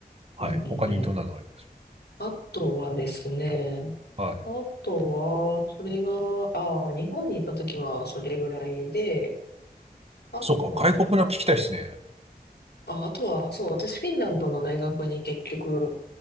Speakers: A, on the left; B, on the right.
A: うんうんうん。
B: はい。他にどんなのあります
A: あとはですね、
B: かはい。
A: あとは、それが、ああ、日本に行った時はそれぐらいで、あとは、
B: そうか、外国の聞きたいですね。
A: あ、あとは、そう、私フィンランドの大学に結局、